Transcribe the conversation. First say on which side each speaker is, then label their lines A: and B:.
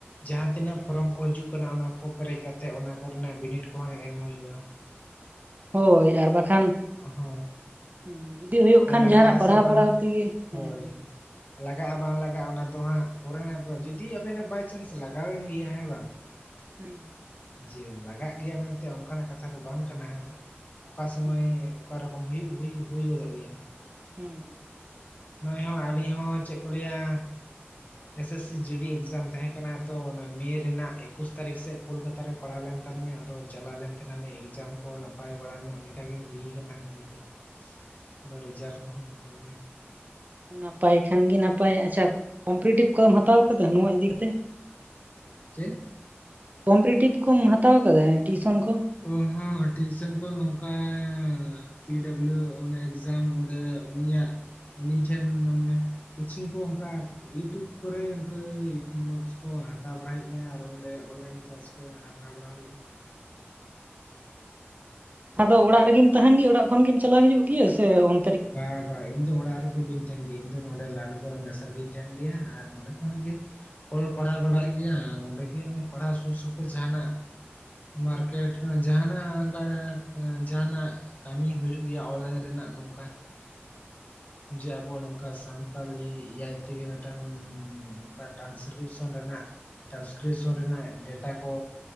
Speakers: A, on the left (about 40°); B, on the right (about 40°).
A: ᱡᱟᱦᱟᱸ ᱛᱤᱱᱟᱹᱜ ᱯᱷᱚᱨᱚᱢ ᱠᱚ ᱦᱤᱡᱩᱜ ᱠᱟᱱᱟ, ᱚᱱᱟ ᱠᱚ ᱯᱮᱨᱮᱡ ᱠᱟᱛᱮ ᱚᱱᱟ ᱠᱚᱨᱮᱱᱟᱜ ᱵᱤᱱᱤᱰ ᱠᱚᱦᱚᱸ ᱮᱢ ᱦᱩᱭᱩᱜᱼᱟ ᱾
B: ᱦᱳᱭ ᱟᱨ ᱵᱟᱠᱷᱟᱱ
A: ᱦᱳᱭ
B: ᱦᱮᱸ, ᱡᱩᱫᱤ ᱦᱩᱭᱩᱜ ᱠᱷᱟᱱ
A: ᱞᱟᱜᱟᱜ
B: ᱡᱟᱦᱱᱟᱜ
A: ᱟᱥᱮ
B: ᱯᱟᱲᱦᱟᱣ
A: ᱵᱟᱝ
B: ᱯᱟᱲᱦᱟᱣ ᱛᱤᱜᱤ ᱦᱮᱸ
A: ᱦᱳᱭ
B: ᱾
A: ᱞᱟᱜᱟᱜᱼᱟ ᱵᱟᱝ ᱞᱟᱜᱟᱜᱼᱟ ᱚᱱᱟ ᱫᱚ ᱦᱟᱸᱜ ᱯᱚᱨᱮᱱᱟᱮ, ᱡᱩᱫᱤ ᱟᱵᱮᱱᱟᱜ ᱵᱟᱭᱪᱟᱱᱥ ᱞᱟᱜᱟᱣᱮᱱ ᱜᱮᱭᱟ ᱦᱮᱸ ᱵᱟᱝ ᱾
B: ᱦᱩᱸ ᱾
A: ᱡᱮ ᱞᱟᱜᱟᱜ ᱜᱮᱭᱟ ᱢᱮᱱᱛᱮ ᱚᱱᱠᱟᱱᱟᱜ ᱠᱟᱛᱷᱟ ᱫᱚ ᱵᱟᱝ ᱠᱟᱱᱟ ᱦᱟᱸᱜ ᱚᱠᱟ ᱥᱚᱢᱚᱭ
B: ᱦᱩᱸ
A: ᱚᱠᱟ ᱨᱚᱠᱚᱢ ᱦᱩᱭᱩᱜ ᱦᱩᱭ ᱜᱚᱫᱚᱜ ᱜᱮᱭᱟ᱾
B: ᱦᱩᱸ
A: ᱱᱚᱜᱼᱚᱭ ᱦᱚᱸ ᱟᱹᱞᱤᱧ ᱦᱚᱸ ᱪᱮᱫ ᱠᱚ ᱞᱟᱹᱭᱟ᱾ ᱮᱥᱮᱥᱥᱤ ᱡᱤᱰᱤ ᱮᱜᱡᱟᱢ ᱛᱟᱦᱮᱸ ᱠᱟᱱᱟ ᱛᱚ ᱚᱱᱟ ᱢᱮ ᱨᱮᱱᱟᱜ ᱮᱠᱩᱥ ᱛᱟᱹᱨᱤᱠᱷ ᱥᱮᱫ ᱠᱳᱞᱠᱟᱛᱟ ᱨᱮ ᱾ ᱯᱟᱲᱟᱣ ᱞᱮᱱ ᱛᱟᱞᱤᱧᱟ ᱟᱫᱚ ᱪᱟᱞᱟᱣ ᱞᱮᱱ ᱛᱟᱦᱮᱱᱟᱞᱮ ᱮᱠᱡᱟᱢ ᱠᱚ ᱱᱟᱯᱟᱭ ᱵᱟᱲᱟ ᱧᱚᱜ ᱞᱮᱠᱟᱜᱮ ᱦᱩᱭᱩᱭᱟᱠᱟᱱᱟᱜ ᱦᱩᱭ ᱫᱚ ᱾ ᱟᱫᱚ ᱨᱮᱡᱟᱞᱴ ᱠᱚᱦᱚᱸ ᱚᱱᱠᱟ ᱜᱮ
B: ᱟᱪᱪᱷᱟ, ᱱᱟᱯᱟᱭ ᱠᱷᱟᱱ ᱜᱮ ᱱᱟᱯᱟᱭ ᱾ ᱟᱪᱪᱷᱟ, ᱠᱚᱢᱯᱤᱴᱤᱴᱤᱵᱷ ᱠᱚᱫᱢ ᱦᱟᱛᱟᱣ ᱠᱟᱫᱟ ᱱᱚᱣᱟ ᱤᱫᱤ ᱠᱟᱛᱮ ᱾ <inaudible>
A: ᱪᱮᱫ?
B: ᱠᱚᱢᱯᱨᱤᱴᱤᱵᱷ ᱠᱚᱢ ᱦᱟᱛᱟᱣ ᱟᱠᱟᱫᱟ ᱴᱤᱭᱩᱥᱚᱱ ᱠᱚ?
A: ᱚ, ᱦᱚᱸ ᱾ ᱴᱤᱭᱩᱥᱮᱱ ᱠᱚ ᱱᱚᱝᱠᱟ ᱾ ᱯᱤ ᱰᱟᱵᱞᱤᱭᱩ ᱚᱱᱮ ᱮᱠᱡᱟᱢ ᱚᱸᱰᱮ ᱩᱱᱤᱭᱟᱜ ᱩᱱᱤ ᱴᱷᱮᱱ ᱢᱟᱱᱮ ᱠᱳᱪᱤᱝ ᱠᱚ ᱚᱱᱠᱟ ᱭᱩᱴᱩᱵᱽ ᱠᱚᱨᱮ ᱚᱱᱠᱟᱹ ᱱᱳᱴᱥ ᱠᱚ ᱦᱟᱛᱟᱣ ᱵᱟᱲᱟᱭ ᱦᱩᱭᱩᱜ ᱜᱮᱭ ᱟᱨ ᱚᱸᱰᱮ ᱚᱱᱞᱟᱭᱤᱱ ᱠᱞᱟᱥ ᱠᱚ ᱦᱟᱛᱟᱣ ᱵᱟᱲᱟ ᱦᱩᱭ ᱟᱠᱟᱱᱟ ᱾
B: ᱟᱫᱚ ᱚᱲᱟᱜ ᱨᱮᱜᱮᱢ ᱛᱟᱦᱮᱱ ᱜᱮ ᱚᱲᱟᱜ ᱠᱷᱚᱱ ᱜᱮᱢ ᱪᱟᱞᱟᱣ ᱦᱤᱡᱩᱜ ᱜᱮᱭᱟ ᱥᱮ ᱚᱱ
A: ᱵᱟᱭ ᱵᱟᱭ ᱤᱧ ᱫᱚ ᱚᱲᱟᱜ ᱨᱮᱫᱚ ᱵᱟᱹᱧ ᱛᱟᱦᱮᱱ ᱜᱮᱭᱟ᱾ ᱤᱧ ᱫᱚ ᱱᱚᱰᱮ ᱞᱟᱞᱜᱚᱲ ᱢᱮᱥ ᱨᱮ ᱜᱤᱧ ᱛᱟᱦᱮᱱ ᱜᱮᱭᱟ ᱟᱨ ᱱᱚᱰᱮ ᱠᱷᱚᱱᱟᱜ ᱜᱮ ᱚᱞ ᱯᱟᱲᱦᱟᱣ ᱵᱟᱲᱟᱜ ᱜᱮᱭᱟ ᱱᱚᱸᱰᱮ ᱜᱮ ᱯᱟᱲᱦᱟᱣ ᱥᱩᱨ ᱥᱩᱯᱩᱨ ᱡᱟᱦᱟᱸᱱᱟᱜ ᱢᱟᱨᱠᱮᱴ ᱡᱟᱦᱟᱸᱱᱟᱜ ᱚᱱᱠᱟ ᱡᱟᱦᱟᱸᱱᱟᱜ ᱠᱟᱹᱢᱤ ᱦᱩᱭᱩᱜ ᱜᱮᱭᱟ ᱚᱱᱞᱟᱭᱤᱱ ᱨᱮᱱᱟᱜ ᱱᱚᱝᱠᱟ ᱾
B: <inaudible>
A: ᱡᱮ ᱟᱵᱚ ᱱᱚᱝᱠᱟ ᱥᱟᱱᱛᱟᱞᱤ ᱮᱭᱟᱭ ᱛᱮᱜᱮ ᱢᱤᱫᱴᱟᱱ ᱱᱚᱝᱠᱟ ᱴᱟᱱᱥᱠᱨᱤᱯᱥᱚᱱ ᱨᱮᱱᱟᱜ ᱴᱟᱱᱠᱨᱤᱯᱥᱚᱱ ᱨᱮᱱᱟᱜ ᱰᱮᱴᱟ ᱠᱚ